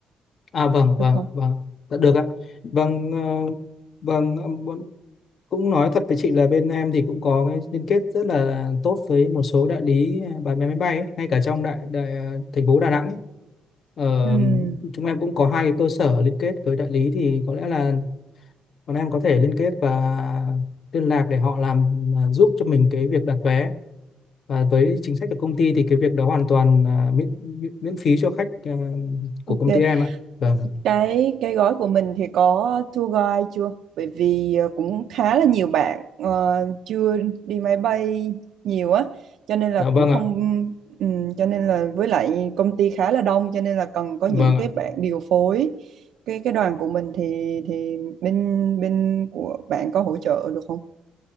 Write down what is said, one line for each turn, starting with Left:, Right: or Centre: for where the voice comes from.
Left: à vâng vâng
Right: được không?
Left: ạ, vâng Dạ, được ạ vâng ờ, vâng ờ, bọn- cũng nói thật với chị là bên em thì cũng có cái liên kết rất là tốt với một số đại lý ờ, bán vé máy bay ấy, ngay cả trong đại, đại ờ, thành phố Đà Nẵng ấy. Ờ,
Right: Ừm,
Left: chúng em cũng có hai cái cơ sở liên kết với đại lý thì có lẽ là bọn em có thể liên kết và liên lạc để họ làm à, giúp cho mình cái việc đặt vé và với chính sách của công ty thì cái việc đó hoàn toàn à, miễn, miễn miễn phí cho khách à, của
Right: ok
Left: công ty em ạ vâng
Right: Cái cái gói của mình thì có tour guide chưa? Bởi vì ờ, cũng khá là nhiều bạn ờ, chưa đi máy bay nhiều á, cho nên là
Left: dạ
Right: cũng
Left: vâng
Right: không
Left: ạ
Right: ừm, cho nên là với lại công ty khá là đông cho nên là cần có
Left: vâng
Right: những
Left: ạ
Right: cái bạn điều phối. Cái cái đoàn của mình thì thì bên bên của bạn có hỗ trợ được không?